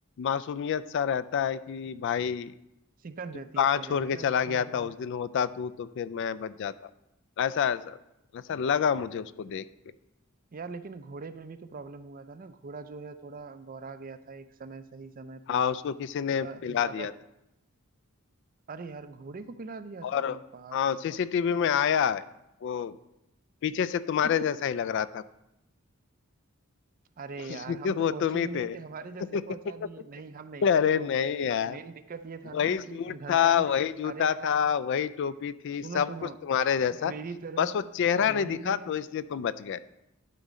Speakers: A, on the left; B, on the right.
A: मासूमियत सा रहता है कि भाई
B: सिकन
A: तू
B: रहती
A: कहाँ
B: है चेहरे
A: छोड़
B: पे
A: के
B: ना
A: चला
B: उसका
A: गया
B: मतलब
A: था उस दिन होता तू तो फिर मैं बच जाता ऐसा ऐसा ऐसा लगा मुझे उसको देख के
B: यार लेकिन घोड़े पे भी तो प्रॉब्लम हुआ था ना घोड़ा जो है थोड़ा बौरा गया था एक समय सही समय पे
A: हाँ उसको किसी
B: थोड़ा
A: ने पिला
B: ज्यादा
A: दिया था
B: अरे यार घोड़े को पिला दिया
A: और
B: था अरे बाप
A: हाँ
B: रे
A: सीसीटीवी
B: बाप
A: में आया है, वो पीछे से तुम्हारे
B: <laughs>
A: जैसा ही लग रहा था
B: अरे
A: <laughs>
B: यार हम तो
A: वो
B: पहुंचे
A: तुम ही
B: भी नहीं
A: थे
B: थे हमारे जैसा
A: <laughs>
B: पहुंचा दिए नहीं हम नहीं
A: अरे
B: थे देखो
A: नहीं यार
B: मेन दिक्कत ये था
A: वही
B: ना
A: सूट
B: कि घनश्याम
A: था
B: भी
A: वही जूता
B: अरे यार
A: था वही टोपी थी
B: सुनो
A: सब
B: सुनो
A: कुछ तुम्हारे जैसा
B: मेरी तरह
A: बस वो चेहरा
B: कॉलोनी
A: नहीं दिखा
B: में
A: तो इसलिए तुम बच गए